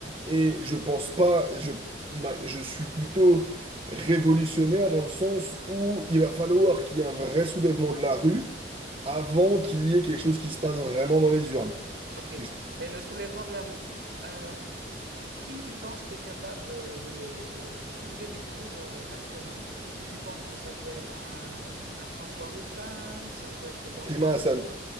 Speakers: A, on the right; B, on the right.
A: Et je pense pas, je, ma- je suis plutôt révolutionnaire dans le sens où il va falloir qu'il y ait un vrai soulèvement de la rue avant qu'il y ait quelque chose qui se passe vraiment dans les urnes.
B: Ok,
A: Et
B: mais le soulèvement de la rue. euh, Qui tu penses qui est capable de, de- de- de soulever les foules euh, actuellement? Tu penses que ça peut être un, un François Ruffin, ça peut être d'anciens
A: Prima
B: lieutenants
A: Hassan,